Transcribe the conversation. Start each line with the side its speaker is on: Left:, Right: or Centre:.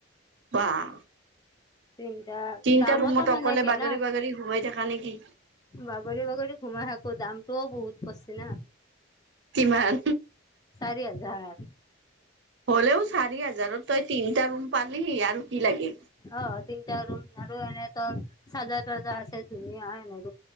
Right: বাহ
Left: তিনিটা
Right: তিনটা
Left: দামোতো
Right: ৰুমত
Left: সেনেকে
Right: অকলে বাগৰি
Left: ন
Right: বাগৰি সোমাই থাকা নেকি
Left: বাগৰি বাগৰি ঘোমাই থাকোঁ দামটোও বহুত পচ্ছি না।
Right: কিমান
Left: চাৰি হাজাৰ
Right: হ'লেও চাৰি হাজাৰত তই তিনটা ৰুম পালিহি আৰু কি লাগে
Left: অ, তিনটা ৰুম আৰু এনে তৰ চাজা তাজা আছে। ধুনীয়া এনেক